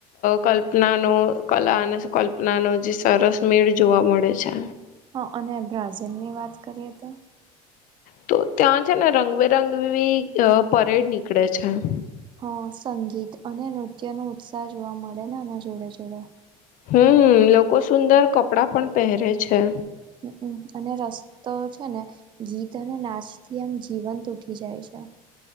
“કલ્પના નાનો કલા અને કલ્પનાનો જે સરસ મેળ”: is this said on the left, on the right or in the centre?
Left